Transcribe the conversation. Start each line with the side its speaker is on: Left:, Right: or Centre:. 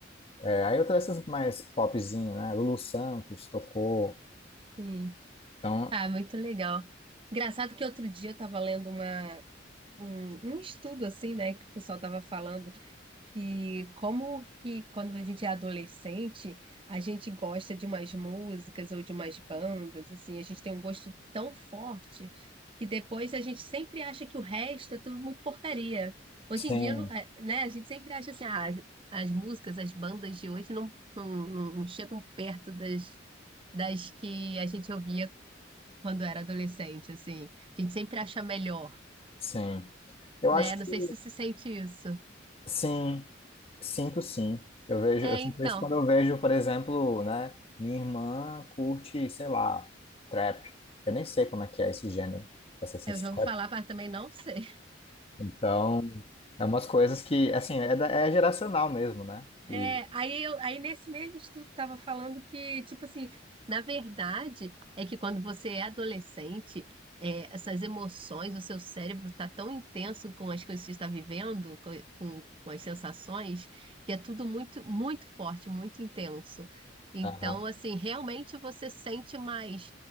Left: é, aí outras essas mais popzinho, né? Lulu Santos tocou.
Right: Hum.
Left: Então,
Right: Ah, muito legal. Engraçado que outro dia eu tava lendo uma, um, um estudo assim, né, que o pessoal tava falando que como que quando a gente é adolescente, a gente gosta de umas músicas ou de umas bandas, assim, a gente tem um gosto tão forte que depois a gente sempre acha que o resto é tudo muito porcaria. Hoje
Left: sim,
Right: em dia, não- é, né, a gente sempre acha assim, ah, as as músicas, as bandas de hoje não, não, não- não chegam perto das, das que a gente ouvia quando era adolescente, assim. A gente sempre acha melhor,
Left: sim. Eu
Right: né?
Left: acho
Right: Não
Left: que
Right: sei se se sente isso.
Left: sim, sinto sim. Eu vejo,
Right: É,
Left: eu sinto
Right: então,
Left: isso quando eu vejo, por exemplo, né? Minha irmã curte, sei lá, trap. Eu nem sei como é que é esse gênero, pra ser sincero.
Right: eu já ouvi falar, mas também não sei.
Left: Então, é umas coisas que, assim, é, da- é geracional mesmo, né? E,
Right: É, aí, eu, aí nesse mesmo estudo estava falando que, tipo assim, na verdade é que quando você é adolescente, é, essas emoções, o seu cérebro está tão intenso com as coisas que você está vivendo, co- com, com as sensações, que é tudo muito, muito forte, muito intenso. Então,
Left: aham,
Right: assim, realmente você sente mais.